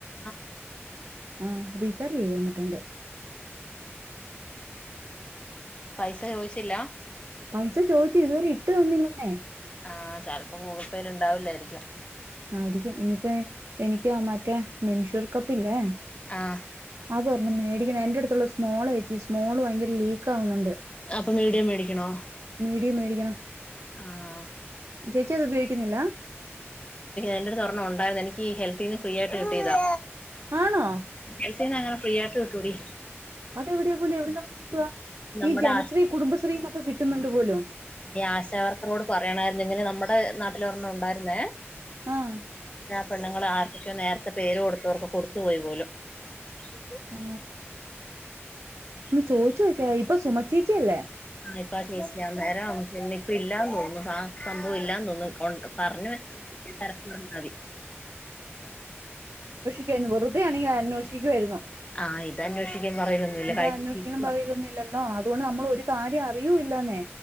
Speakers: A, on the left; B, on the right.
A: ആഹ്
B: ആഹ് റീചാർജ് ചെയ്ത് തന്നിട്ടുണ്ട്
A: പൈസ ചോയിച്ചില്ല
B: പൈസ ചോദിച്ചു ഇതുവരെ ഇട്ട് തന്നില്ലന്നേ
A: ആഹ് ചിലപ്പോ ഗൂഗിൾ പേയിൽ ഇണ്ടാവൂല്ലായിരിക്കും
B: ആയിരിക്കും ഇനിയിപ്പേ എനിക്ക് മറ്റേ മെൻഷൂർ കപ്പ് ഇല്ലേ
A: ആഹ്
B: അത് ഒരെണ്ണം മേടിക്കണം എന്റെ അടുത്ത് ടുത്തുള്ള സ്മോളചേച്ചി സ്‌മോള് ഭയങ്കര ലീക്ക് ക്കാകുന്നുണ്ട്
A: അപ്പൊ മീഡിയം മേടിക്കണോ
B: മീടിയം മേടിക്കണം
A: ആഹ്
B: ചേച്ചി അത് ഉപയോഗിക്കുന്നില്ല
A: എൻ്റട്ത്ത് ഒരണ്ണം ഒണ്ടായിരുന്നു. എനിക്ക് ഹെൽത്തീന്ന് ഫ്രീ ആയിട്ട് കിട്ടിയതാ
B: ആണോ
A: ഗൾഫീന്നങ്ങന ഫ്രീയാട്ട് കിട്ടോടി
B: അതെവിടെയാ പോലെ എവി ട്ന്നോ ത്‌വാ
A: നമ്മുടെ
B: ഈ ജനശ്രീ
A: ആശു
B: കുടുംബശ്രീ ന്നൊക്കെ കി തിന്നൊണ്ട് പോലും
A: ഈ ആശാവർക്കറോട് പറയണാരുന്നു ഇങ്ങനെ നമ്മ്ടെ നാട്ടിലൊരണ്ണം ഒണ്ടാരുന്നേ
B: ആഹ്
A: പെണ്ണ്ങ്ങള് ആർക്കക്കയോ നേരത്തെ പേര് കൊടു ത്തവർക്ക് കൊടുത്തു പോയി പോലും <unintelligible>
B: ആ ഇന്ന് ചോയ്ച്ചോക്കായി ഇപ്പ സുമ ചേച്ചി അല്ലേ
A: അ ഇപ്പ ചേച്ചി ഞാൻ നേരം പിന്നെ ഇപ്പ ഇല്ലാന്ന് തോന്നുന്നു ആ സംഭവം ഇല്ലാന്ന് തോന്നുന്നു കൊണ്ട് പറഞ്ഞു വെ തര പറഞ്ഞാതി
B: യ്ക്ക ആരുന്നു വെറുതെ ആണെങ്കി അ അന്വേഷിക്കു ആയിരുന്നു
A: ആ ഇത് അന്വേഷിക്കാൻ പറയലൊന്നുമില്ല
B: ഇത്
A: കഴിഞ്ഞ
B: അന്വേഷിക്ക്ന്നും പറയരുന്നില്ലല്ലോ അതുകൊണ്ട് നമ്മളൊര് കാര്യം അറിയൂ ഇൽ തന്നെ